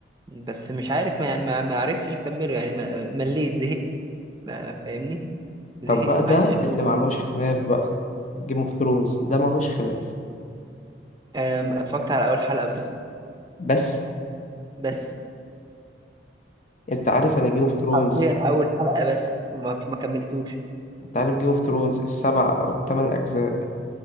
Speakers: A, on the right; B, on the left.
A: بس مش عارف ما يعني ما, ما عرفتش اكمله يعني ما مليت زهقت ما فاهمني زهقت
B: طب بقى ده
A: ما عرفتش
B: اللي
A: أكمله.
B: معلهوش خلاف بقى جيم اوف ثرونز ده معلهوش خلاف
A: أم، اتفرجت على اول حلقة بس
B: بس
A: بس
B: انت عارف انا جيم اوف ثرونز
A: حرفيا اول حلقة بس وما ما كملتوش
B: انت عارف جيم اوف ثرونز السبع او الثمان اجزاء